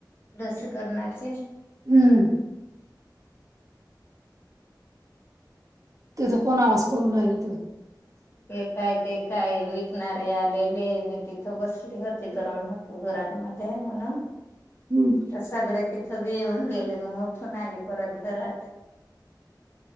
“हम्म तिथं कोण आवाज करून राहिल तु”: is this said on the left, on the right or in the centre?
Right